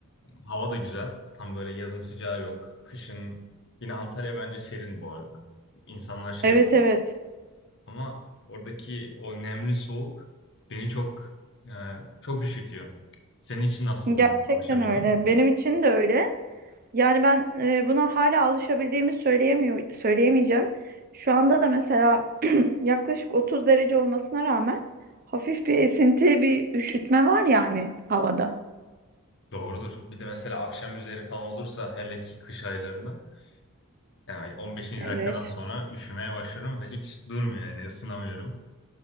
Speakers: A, on the left; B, on the right.
A: hava da güzel. Tam böyle yazın sıcağı yok. Kışın yine Antalya bence serin bu arada. İnsanlar şey
B: Evet
A: değil.
B: evet.
A: Ama oradaki o nemli soğuk beni çok e, çok üşütüyor. Senin için nasıldı
B: Gerçekten
A: mesela? Alışabildin
B: öyle.
A: mi?
B: Benim için de öyle. Yani ben e, buna hala alışabildiğimi söyleyemiyor, söyleyemeyeceğim. Şu anda da mesela <clears throat> yaklaşık 30 derece olmasına rağmen hafif bir esinti, bir üşütme var yani havada.
A: Doğrudur. Bir de mesela akşam üzeri falan olursa hele ki kış aylarında yani on beşinci
B: Evet.
A: dakikadan sonra üşümeye başlarım ve hiç durmuyor yani ısınamıyorum.